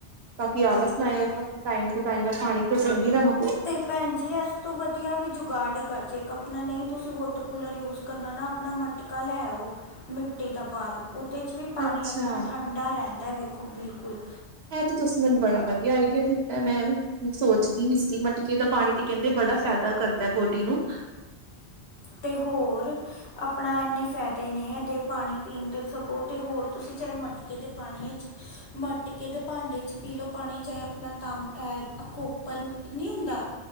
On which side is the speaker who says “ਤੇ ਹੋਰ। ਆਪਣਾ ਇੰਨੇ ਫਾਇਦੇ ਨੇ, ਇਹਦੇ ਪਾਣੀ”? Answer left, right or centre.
Left